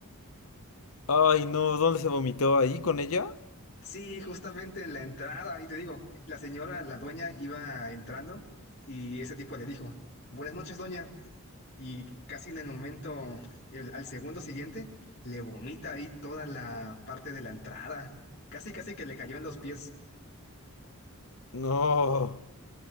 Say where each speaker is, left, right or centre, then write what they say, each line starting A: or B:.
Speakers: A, on the left (about 75°); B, on the left (about 50°).
A: Ay, no, ¿dónde se vomitó? ¿Ahí con ella?
B: Sí, justamente en la entrada, y te digo, la señora, la dueña iba entrando y ese tipo le dijo, buenas noches, doña, y casi en el momento, el- al segundo siguiente, le vomita ahí toda la parte de la entrada. Casi, casi que le cayó en los pies.
A: No,